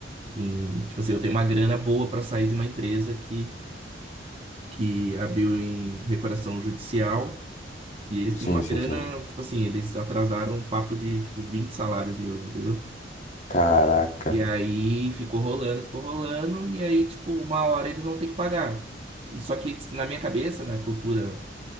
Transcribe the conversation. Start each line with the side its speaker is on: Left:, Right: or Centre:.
Right: em, tipo assim, eu tenho uma grana boa pra sair de uma empresa que, que abriu em recuperação judicial, e eles
Left: Sim,
Right: têm uma
Left: sim,
Right: grana,
Left: sim.
Right: tipo assim, eles atrasaram um papo de, tipo, 20 salários meus, entendeu?
Left: Caraca.
Right: E aí ficou rolando, ficou rolando, e aí, tipo, uma hora eles vão ter que pagar. E só que na minha cabeça, na cultura